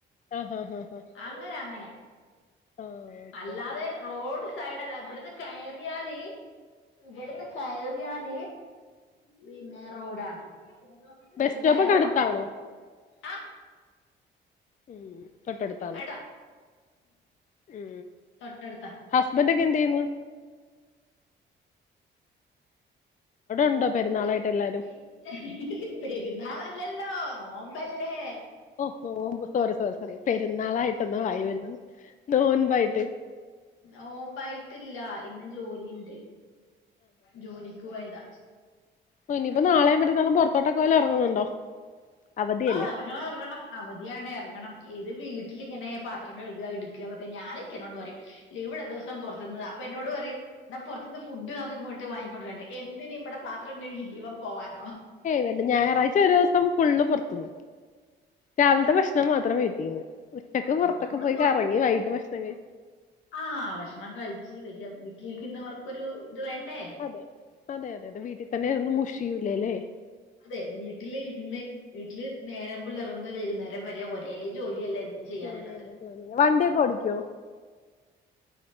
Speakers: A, on the left; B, on the left.
A: ആഹ് ആഹ് ആഹ് ആഹ്
B: അങ്ങനെ അങ്ങനെ
A: ആഹ് ഓക്കെ
B: അല്ലാതെ
A: ഓക്കെ
B: റോഡ് സൈഡ അല്ലാ ഇവിടന്ന് കയറിയാലേ ഇവിടുന്ന് കയറിയാല പിന്നെ റോഡാണ് അവിടന്ന്
A: ബസ് സ്റ്റോപ്പൊക്കെ
B: കയറണം
A: അടുത്താണോ
B: ആ
A: ഉ തൊട്ടടുത്താണോ
B: അടാ
A: ഉ
B: തൊട്ടടുത്താ
A: ഹസ്ബൻഡ കന്തന്ന ഉണ്ടോ
B: ന
A: പെരുന്നാളായിട്ട് എല്ലാരും
B: പിന്ന പെരുന്നാള ഇല്ലല്ലോ നോമ്പല്ലേ
A: ഓ ഓ ഒ സോറി സോറി സോറി പെരുന്നാളായിട്ടൊന്നാ വായുവല്ല നോൻമ്പായിട്ട്
B: ഓമ്പായിട്ടില്ല ഇന്ന് ജോലിണ്ട് ജോലിക്ക് പോയതാ
A: ഓ ഇനിയിപ്പോൊ നാളെയും
B: ആ
A: പറ്റത്തും പുറത്തോട്ടൊക്കല ഇറങ്ങുന്നുണ്ടോ അവധിയല്ലേ
B: ആഹ് ഇറങ്ങണം ഇറങ്ങണം അവധിയാണ് ഇറങ്ങണം ഇത് വീട്ടിലിങ്ങനെ പത്രംഴ എടുക്കുകൊക്കെ ഞാന ഇിക്കനോണ്ട് പറയും ല ഇവിടെ ദിവസം പുറത്തുന്ന് അപ്പ എന്നോട് പറയും എന്നാ പുറത്തുന്ന് ഫുഡ്ക്ക് ഇങ്ങോട്ട് വാങ്ങിക്കൊണ്ടിരണ്ട് എന്തിനും ഇവിടെ പാത്രം കഴി ജീവം പോവാൻ
A: വണ്ട് ഞായറാഴ്ച ഒരു ദിവസം ഫുള്ള് പുറത്തുന്ന് രാവിലത്തെ ഭക്ഷണം മാത്രം വീറ്റിക്കന്ന് ഉച്ചക്ക്
B: ആ
A: പുറത്തൊക്കെ
B: നമ്മള്
A: പോയി കറങ്ങി വൈകിട്ട് ഭക്ഷണം കഴ
B: ആഹ ഭക്ഷണം കഴിിച്ചച്ച് വല വീട്ടിലിരിക്കുന്നവർക്കൊരു ഇത് വേണ്ടേ
A: അതെ അതെ അതെ അതെ വീട്ടിൽ തന്നെ
B: ആ
A: ഇരുന്ന് മുഷിയൂലല്ലേ
B: അ അതെ വീട്ടില ഇരുന്ന വീട്ടില് നേരം പിള്ളേർന്ന് വൈകുന്നേരം വരെ ഒരേ ജോലിയല്ലേ എന്നും ചെയ്യാനുള്ളത്
A: ജോലിയല്ലോലല്ല വണ്ടിയൊക്കെ ഓടിക്കോ